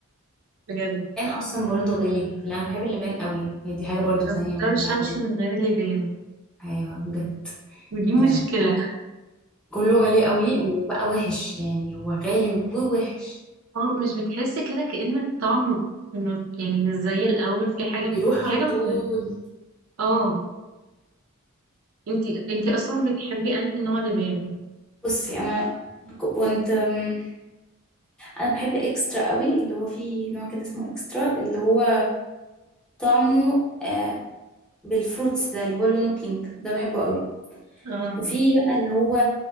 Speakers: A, on the right (about 70°); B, in the centre.
A: بجد
B: اصلا برضو غلي لا انا بحب اللبان قوي يعني دي حاجه برضو
A: انا
B: ثانيه
A: ما اقدرش
B: بحبها
A: امشي
B: قوي
A: من غير اللي بان
B: ايوه بجد
A: ودي مشكله
B: يا لهوي كله غالي قوي وبقى وحش يعني هو غالي ووحش
A: اه مش بتحس كده كأن الطعم م- يعني مش زي الاول في حاجه
B: بيروح
A: في
B: على
A: حاجه
B: طول
A: متغيره اه انتي انتي اصلا بتحبي انهي نوع لبان
B: بصي انا ك- كنت أم، انا بحب اكسترا قوي اللي هو فيه نوع كده اسمه اكسترا اللي هو طعمه آه، بالفروتس ده اللي هو لونه بينك ده بحبه قوي
A: اه
B: وفي بقى اللي هو